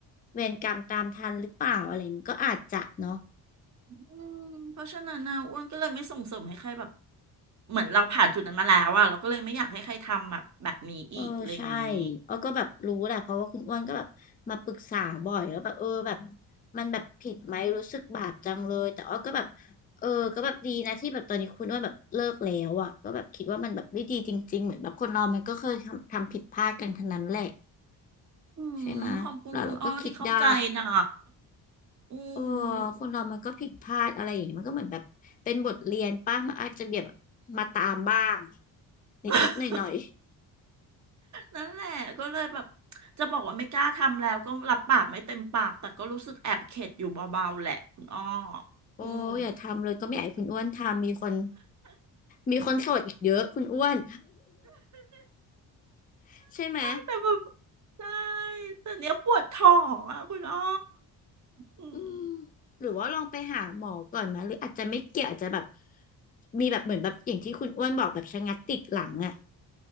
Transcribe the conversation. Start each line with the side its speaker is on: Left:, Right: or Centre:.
Left: เวรกรรมตามทันหรือเปล่าอะไรอย่างนี้มันก็อาจจะเนาะ
Right: อืมเพราะฉะนั้นนะอ้วนก็เลยไม่ส่งเสริมให้ใครแบบเหมือนเราผ่านจุดนั้นมาแล้วอะเราก็เลยไม่อยากให้ใครทำแบบแบบนี้อีกอะไรอย่างงี้
Left: เออใช่เออก็แบบรู้แหละเพราะว่าคุณอ้วนก็แบบมาปรึกษาบ่อยแล้วาแบบเออแบบมันแบบผิดไหมรู้สึกบาปจังเลยแต่อ้อก็แบบเออก็แบบดีนะที่แบบตอนนี้คุณอ้วนแบบเลิกแล้วอ่ะก็แบบคิดว่ามันแบบไม่ดีจริงๆเหมือนแบบคนเรามันก็เคยทำทำผิดพลาดกันทั้งนั้นแหละ
Right: อืมขอบคุณคุณอ้อที่เข้าใจนะ
Left: ใช่ไหมะแล้วเราก็คิดได้
Right: อื
Left: เออ
Right: ม
Left: คนเรามันก็ผิดพลาดอะไรอย่างเงี้ยมันก็เหมือนแบบเป็นบทเรียนป่ะมันอาจจะแบบมาตามบ้างนิดนิดหน่อยหน่อย
Right: <laughs> นั่นแหละก็เลยแบบจะบอกว่าไม่กล้าทำแล้วก็รับปากไม่เต็มปากแต่ก็รู้สึกแอบเข็ดอยู่เบาๆแหละคุณอ้อ
Left: ๆโอ้อย่าทำเลยก็ไม่อยากให้คุณอ้วนทำมีคน
Right: อืม
Left: มีคนโสดอีกเยอะคุณอ้วน <laughs> ใช่ไหม
Right: แต่แบบใช่แต่เนี้ยปวดท้องอ่ะคุณอ้ออืม
Left: อืมหรือว่าลองไปหาหมอก่อนไหมหรืออาจจะไม่เกี่ยวอาจจะแบบมีแบบเหมือนแบบอย่างที่คุณอ้วนบอกแบบชะงักติดหลังอ่ะ